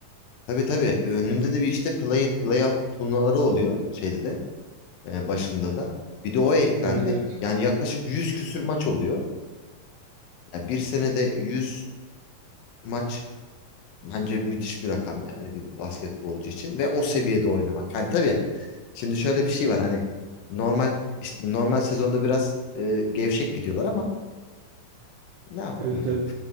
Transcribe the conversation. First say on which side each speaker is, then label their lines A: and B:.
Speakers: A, on the left (about 80°); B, on the right (about 75°).
A: Tabii tabii e, önünde de bir işte play-in play-out turnuvaları oluyor şeyde de e, başında da. Bir de o eklendi.
B: Evet evet.
A: Yani yaklaşık 100 küsür maç oluyor. Yani bir senede 100 maç Bence müthiş bir rakam yani bir basketbolcu için ve o seviyede oynamak. Yani tabii şimdi şöyle bir şey var hani normal işte normal sezonda biraz e, gevşek gidiyorlar ama ne yapalım
B: Evet
A: yani.
B: evet.